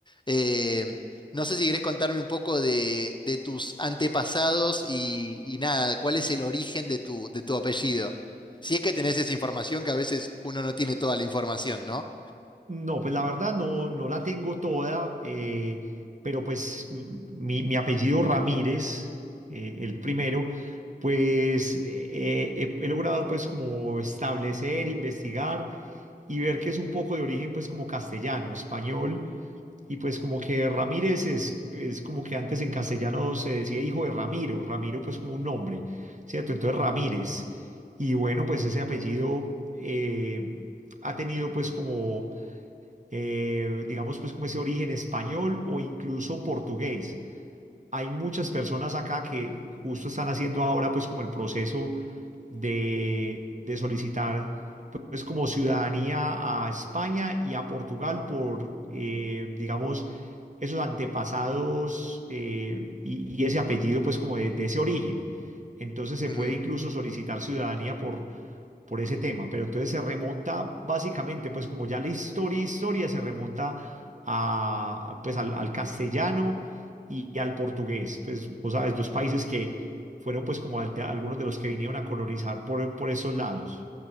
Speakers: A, on the left (about 25°); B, on the right (about 45°).
A: Eh, no sé si querés contarme un poco de, de tus antepasados y, y nada, cuál es el origen de tu, de tu apellido. Si es que tenés esa información, que a veces uno no tiene toda la información, ¿no?
B: No, pues la verdad no, no la tengo toda, eh, pero pues m- mi, mi apellido Ramírez, eh, el primero, pues eh, he, he logrado pues como establecer, investigar y ver que es un poco de origen pues como castellano, español. Y pues como que Ramírez es, es como que antes en castellano se decía hijo de Ramiro, Ramiro pues como un nombre, ¿cierto? Entonces Ramírez. Y bueno, pues ese apellido eh, ha tenido pues como, eh, digamos pues como ese origen español o incluso portugués. Hay muchas personas acá que justo están haciendo ahora pues como el proceso de, de solicitar pues como ciudadanía a España y a Portugal por, eh, digamos, esos antepasados eh, y, y ese apellido pues como de, de ese origen. Entonces se
A: Ujú.
B: puede incluso solicitar ciudadanía por, por ese tema, pero entonces se remonta básicamente pues como ya la historia, historia se remonta a, pues al, al castellano y, y al portugués, pues vos sabes, dos países que fueron pues como al- de- algunos de los que vinieron a colonizar por, por esos lados.